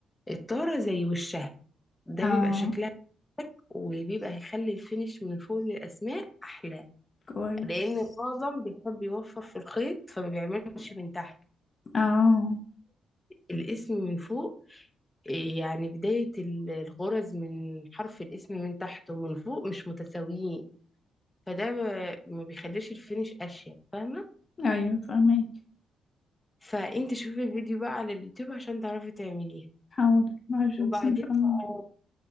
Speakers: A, on the left; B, on the left.
A: الطاره زي وشها ده
B: اه
A: بيبقى شكلها شك وبيبقى هيخلي الفينش من فوق للاسماء احلى
B: كويس
A: لان معظم بيحب يوفر في الخيط فما بيعملش من تحت
B: اه
A: فالاسم من فوق إيه يعني بداية ال- الغرز من حرف الاسم من تحت ومن فوق مش متساويين فده ب- ما بيخليش الفينش اشيك فاهمه
B: ايوه فهمك
A: فانت شوفي الفيديو بقى على اليوتيوب عشان تعرفي تعمليها
B: حاضر هشوف
A: وبعدين
B: ان شاء الله
A: بقى